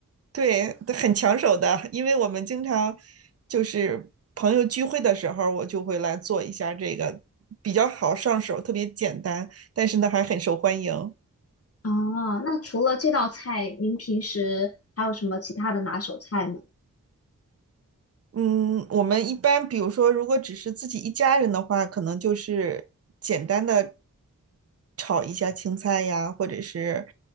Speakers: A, on the right; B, on the left.
A: 对，很抢手的，因为我们经常就是朋友聚会的时候，我就会来做一下这个，比较好上手，特别简单，但是呢还很受欢迎。
B: 啊，那除了这道菜，您平时还有什么其他的拿手菜吗？
A: 嗯，我们一般比如说，如果只是自己一家人的话，可能就是简单的炒一下青菜呀，或者是